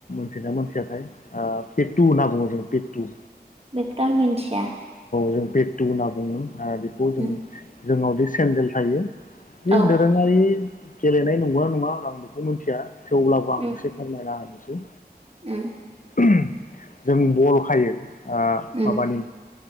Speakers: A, on the left; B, on the right.
A: मिथिना मोनथियाखै पे टु पेटु होनना बुङो जोंङ पे टु
B: बेखौथ आं मिथिया
A: जों पेटु होनना बुङो। ओ बिखौ जों
B: उम
A: जोंनावदि सेन्देल थायो। जि
B: औ
A: दोरोंआरि गेलेनाय नंगौना नङा आं बिखौ मिथिया। थेवब्लाबो आं
B: उम
A: एसे फोरमायना होनोसै
B: उम
A: बे जों बल थायो आ
B: उम
A: माबानि